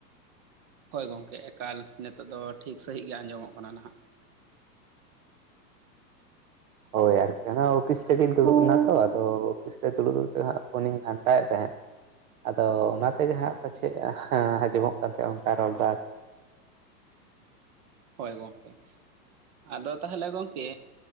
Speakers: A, on the right; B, on the right.
A: ᱦᱳᱭ ᱜᱚᱝᱠᱮ ᱮᱠᱟᱞ ᱱᱤᱛᱳᱜ ᱫᱚ ᱴᱷᱤᱠ ᱥᱟᱺᱦᱤᱡ ᱜᱮ ᱟᱸᱡᱚᱢᱚᱜ ᱠᱟᱱᱟ ᱱᱟᱦᱟᱜ
B: ᱦᱳᱭ ᱟᱨᱠᱤ ᱚᱱᱟ ᱚᱯᱷᱤᱥ ᱥᱮᱜᱤᱧ ᱫᱩᱲᱩᱵ ᱞᱮᱱᱟ ᱛᱚ ᱟᱫᱚ ᱚᱯᱷᱤᱥ ᱨᱮ ᱫᱩᱲᱩ ᱫᱩᱲᱩᱵ ᱛᱮᱦᱟᱜ ᱯᱷᱳᱱᱤᱧ ᱜᱷᱟᱱᱴᱟᱭᱮᱫ ᱛᱟᱦᱮᱸᱫ ᱟᱫᱚ ᱚᱱᱟ ᱛᱮᱜᱮ ᱦᱟᱸᱜ ᱯᱟᱪᱮᱫ ᱟᱸᱡᱚᱢᱚᱜ ᱠᱟᱱ ᱛᱟᱦᱮᱸᱼᱟ ᱚᱱᱠᱟ ᱨᱚᱲ ᱫᱚ
A: ᱦᱚᱭ ᱜᱚᱝᱠᱮ ᱟᱫᱚ ᱛᱟᱦᱟᱞᱮ ᱜᱚᱝᱠᱮ